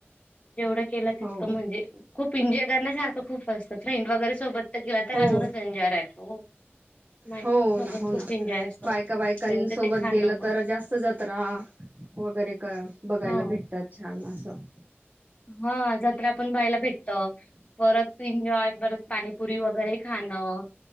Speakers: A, on the left; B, on the right.
A: जेवढं केलं तितकं
B: हो
A: म्हणजे खूप एन्जॉय करण्यासारखं खूप काय असत फ्रेंड वगैरे सोबत तर गेला तर
B: हो
A: अजूनच एन्जॉय राहतो मैत्रिणीसोबत
B: हो ना हो
A: खूप
B: ना
A: एन्जॉय असतो
B: बायका बायकांसोबत
A: त्यांचं ते खाणं
B: गेलं
A: बघ
B: तर जास्त च जत्रा वगैरे का बघायला
A: हा
B: भेटतात छान असं
A: हा जत्रा पण पहायला भे ट परत एन्जॉय, परत पाणीपुरी, वगैरे खाणं.